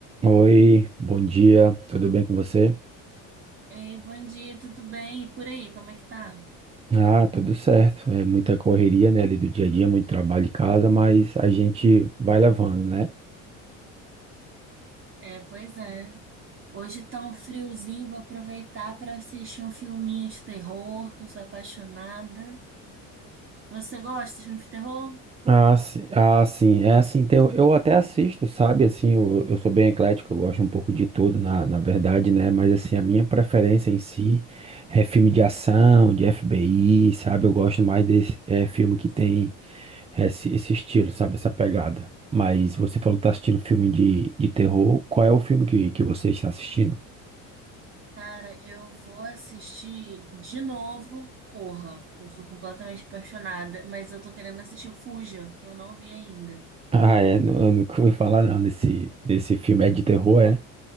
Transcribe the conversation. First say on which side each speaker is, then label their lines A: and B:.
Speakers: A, on the right; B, on the right.
A: Oi, bom dia, tudo bem com você?
B: Ei, bom dia, tudo bem? E por aí, como é que tá?
A: Ah, tudo certo. É muita correria, né, ali do dia a dia, muito trabalho em casa, mas a gente vai levando, né?
B: É, pois é. Hoje tá um friozinho, vou aproveitar para assistir um filminho de terror, que eu sou apaixonada. Você gosta de filme de terror?
A: Ah, sim, ah, sim. É assim, tem- eu até assisto, sabe? Assim, eu, eu sou bem eclético, eu gosto um pouco de tudo, na, na verdade, né? Mas assim, a minha preferência em si é filme de ação, de FBI, sabe? Eu gosto mais desse é, filme que tem. esse, esse estilo, sabe? Essa pegada. Mas você falou que tá assistindo filme de, de terror. Qual é o filme que, que você está assistindo?
B: Cara, eu vou assistir de novo Corra, que eu sou completamente apaixonada, mas eu tô querendo assistir o Fuja, que eu não vi ainda.
A: Ah, é. nu- Eu nunca ouvi falar, não, nesse, nesse filme. É de terror, é?